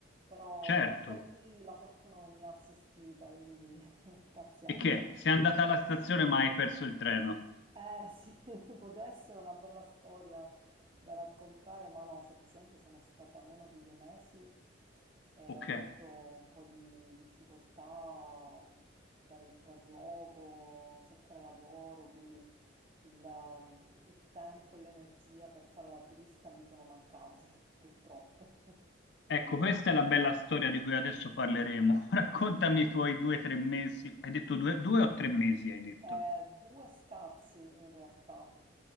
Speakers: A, on the right; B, on the left.
A: però
B: certo,
A: anche lì la fortuna non mi ha assistita, quindi <laughs> pazienza.
B: e che? Sei andata alla stazione ma hai perso il treno.
A: Eh sì, <laughs> poteva essere una bella storia da raccontare, ma no, semplicemente sono stata meno di due mesi e
B: Ok,
A: ho avuto un po' di difficoltà mm, per il trasloco, cercare lavoro, quindi il, um, il tempo e l'energia per fare la turista mi sono mancati, <laughs> purtroppo.
B: ecco, questa è la bella storia di cui adesso parleremo. <laughs> Raccontami i tuoi due o tre mesi, hai detto due due o tre mesi, hai detto?
A: Eh, due scarsi in realtà.